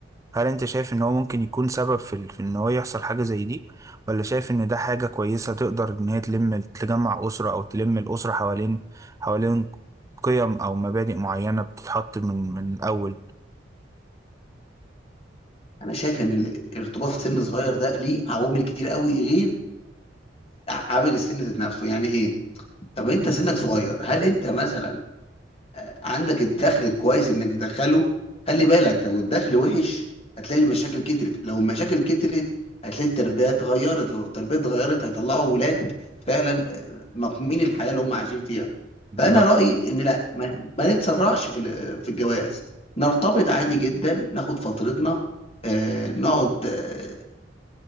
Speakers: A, on the right; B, on the left.
A: هل انت شايف ان هو ممكن يكون سبب في ال- في ان هو يحصل حاجة زي دي ولا شايف ان ده حاجة كويسة تقدر ان هي تلم تجمع أسرة او تلم الأسرة حوالين حوالين قيم او مبادئ معينة بتتحط من من الاول
B: انا شايف ان ال- الارتباط في سن صغير ده ليه عوامل كتير قوي غير عامل السن ذات نفسه يعني ايه طب انت سنك صغير هل انت مثلا عندك الدخل الكويس انك تدخله خلي بالك لو الدخل وحش هتلاقي المشاكل كترت لو المشاكل كترت هتلاقي التربية اتغيرت لو التربية اتغيرت هيطلعوا ولاد فعلا مقمين الحياة اللي هم عايشين فيها
A: بالظبط
B: فانا رأيي ان لا ما, ما نتسرعش في ال- في الجواز نرتبط عادي جدا ناخد فترتنا آه نقعد آه